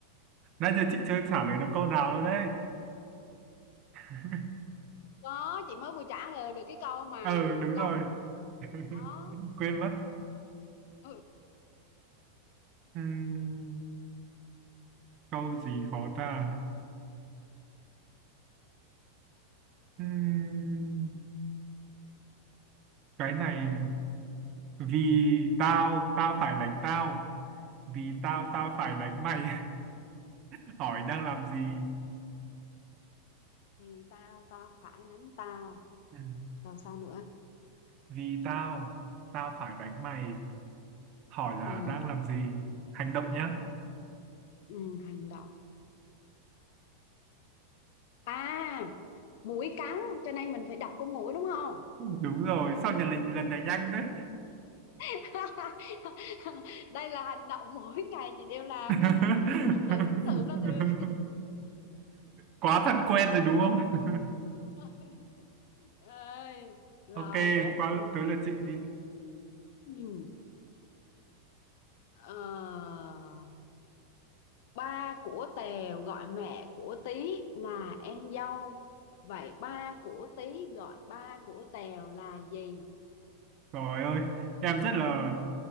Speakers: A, on the right; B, on the left.
A: nãy giờ chị chưa trả lời được câu nào đâu đấy <laughs>
B: có chị mới vừa trả lời được cái câu mà
A: ừ đúng
B: Long
A: rồi <laughs>
B: có
A: quên mất
B: ừ. ừ,
A: Ừm, câu gì khó ta Ừm, cái này vì tao tao phải đánh tao vì tao tao phải đánh mày <laughs> hỏi đang làm gì
B: vì tao tao phải đánh tao
A: Ừm,
B: rồi sao nữa
A: vì tao tao phải đánh mày hỏi là
B: à,
A: đang làm gì hành động nhá
B: ừ, hành động à mũi cắn cho nên mình phải đập con mũi đúng không
A: đúng rồi sao nhận lần lần này nhanh đấy
B: <laughs> đây là hành động mỗi ngày chị đều làm
A: <laughs>
B: nên chị chị tưởng tượng nó được
A: quá thân quen rồi đúng không
B: <laughs> Ơi, rồi
A: ok
B: tới
A: qua
B: phiên
A: tới lượt chị đi
B: Ừ. Ờ, ba của Tèo gọi mẹ của Tí là em dâu vậy ba của Tí gọi ba của Tèo là gì
A: trời ơi em rất là